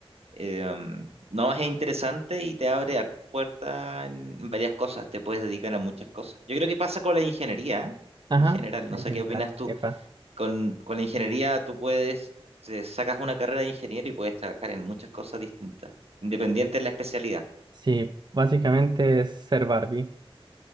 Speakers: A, on the right; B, on the right.
A: Eh, um, no, es interesante y te abre hartas puertas en en varias cosas. Te puedes dedicar a muchas cosas. Yo creo que pasa con la ingeniería, ¿eh?
B: Ajá,
A: En general, no
B: en
A: sé
B: general,
A: qué opinas tú.
B: epa.
A: Con, con la ingeniería tú puedes, se- sacas una carrera de ingeniero y puedes trabajar en muchas cosas distintas, independiente de la especialidad.
B: Sí, básicamente es ser Barbie.